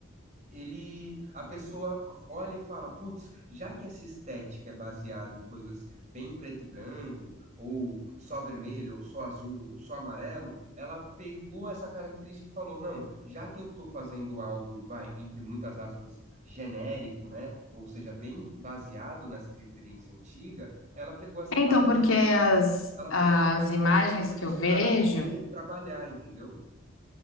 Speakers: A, on the right; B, on the left.
A: ele, a pessoa olha e fala, putz, já que essa estética é baseada em coisas bem preto e branco, ou só vermelho, ou só azul, ou só amarelo, ela pegou essa característica e falou, não, já que eu tô fazendo algo, vai, entre muitas aspas, genérico, né? Ou seja, bem baseado nessa referência antiga, ela pegou essa
B: Então,
A: parte
B: porque
A: da,
B: as,
A: ela
B: as
A: pegou essa parte
B: imagens
A: das cores
B: que eu vejo
A: para poder trabalhar, entendeu?